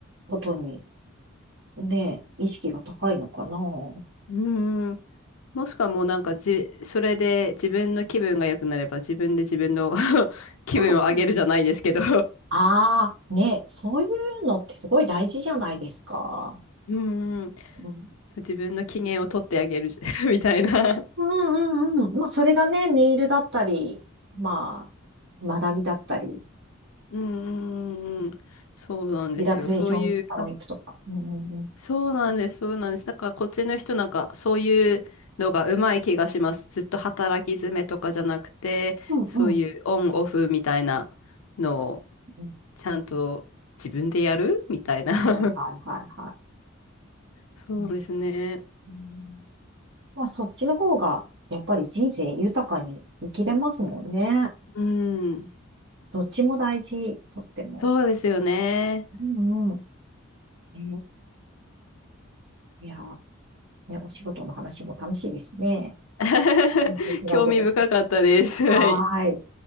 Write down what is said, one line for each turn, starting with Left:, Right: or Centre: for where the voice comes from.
Right: ことに、ね、意識が高いのかな。う
Left: うん。もしくはもうなんかじ、それで自分の気分が良くなれば自分で自分の <laughs> 気分を上げるじゃないですけど
Right: んああ、ね、そういうのってすごい大事じゃないですか。
Left: うん。
Right: うん、
Left: 自分の機嫌を取ってあげる <laughs> みたいな
Right: うんうんうん。まあ、それがね、ネイルだったり、まあ、学びだったり、
Left: うん。そうなんですよ。
Right: リラクゼーションサロン行くとか。
Left: そういう感
Right: うんうんうん。
Left: そうなんです、そうなんです。だからこっちの人なんかそういうのがうまい気がします。ずっと働き詰めとかじゃなくて、
Right: うんうん。
Left: そういうオンオフみたいなのを
Right: うんうん
Left: ちゃんと自分でやるみたいな。<laughs>
Right: はいはいはいは
Left: そうですね。
Right: い。うんまあ、そっちの方が、やっぱり人生豊かに生きれますもんね。
Left: うん。
Right: どっちも大事、とっても。
Left: そうですよね。
Right: うんうん。ええいや、ね、お仕事の話も楽しいですね。
Left: <laughs>
Right: 全然違うことして。
Left: 興味深かったです。はい
Right: はーい。